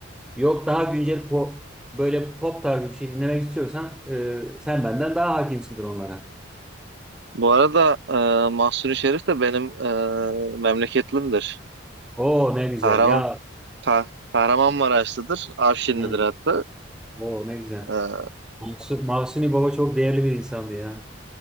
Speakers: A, in the centre; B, on the right.
A: Yok daha güncel po- böyle pop tarzı bir şey dinlemek istiyorsan e, sen benden daha hakimsindir onlara.
B: Bu arada e, Mahsuni Şerif de benim e, memleketlimdir.
A: Oo ne güzel
B: Kahraman,
A: ya.
B: Kah Kahramanmaraşlıdır. Afşinlidir
A: Hı.
B: hatta.
A: Oo ne güzel.
B: E,
A: Mahsu- Mahsuni Baba çok değerli bir insandı ya.